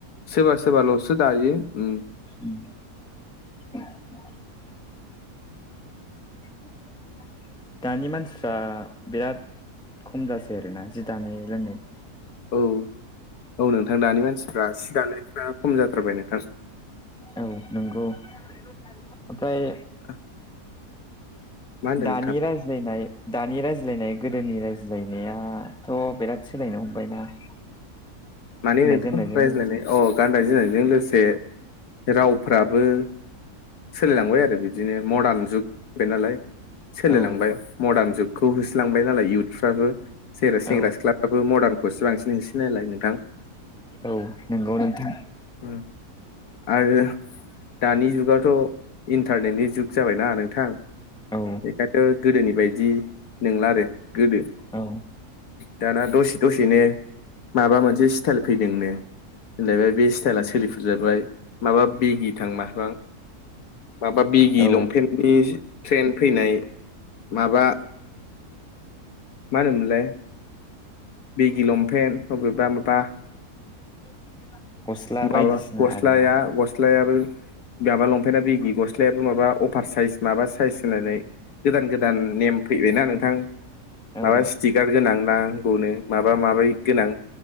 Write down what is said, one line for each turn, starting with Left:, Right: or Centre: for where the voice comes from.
Left: सोरबा सोरबाल'सो दायो उम
Centre: उम <unintelligible> <unintelligible> दानि मानसिफ्रा बिराद खम जासै आरोना जि दानाय रोंनाय
Left: औ औ नोंथां दानि मानसिफ्रा सि दानायफ्रा खम जाथारबाय नोंथां
Centre: औ नंगौ ओमफ्राय
Left: <inaudible> मा होनदों
Centre: दानि
Left: नोंथां
Centre: राय- रायज्लायनाय दानि रायज्लायनाय गोदोनि रायज्लायनायाथ' बिराद सोलायनो हमबायना <inaudible>
Left: माने नोंथां
Centre: जोमनायजों
Left: रायज्लायनाय
Centre: लोगोसे
Left: अ गाननाय जोमनायजों लोगोसे रावफ्राबो सोलायलांबाय आरो बिदिनो मडार्न जुग जाबाय नालाय सोलायलांबाय
Centre: औ
Left: मडार्न जुगखौ होसोलांबाय नालाय युथफ्राबो जेरै सेंग्रा
Centre: औ
Left: सिख्ला फ्राबो मरदारखौसो बांसिन होसोयो नालाय नोंथां
Centre: औ नंगौ नोंथां।
Left: उम आरो दानि जुगाथ' इन्टारनेटनि जुग जाबायना नोंथां
Centre: औ
Left: बेखायथ' गोदोनि बायदि नंला आरो गोदो
Centre: औ
Left: दाना दसे दसेनो माबा मोनसे स्टाइल फैदोंनो होनलायबाय बे स्टाइला सोलिफनलायबाय माबा बेगि थां माथां माबा बिगि
Centre: औ
Left: लंपेन्टनि ट्रेन फैनाय माबा मा होनोमोनलाय बिगि लंपेन्ट बबेबा माबा
Centre: <inaudible>
Left: माबा
Centre: बायदिसिना
Left: गस्लाया
Centre: आरोना
Left: गस्लायाबो माबा लंपेन्टआ बिगि गस्लायाबो माबा अफार साइस माबा साइज होनलायनाय गोदान गोदान नेम फैबायना नोंथां माबा
Centre: औ
Left: स्टिगार गोनां नांगौनो माबा माबि गोनां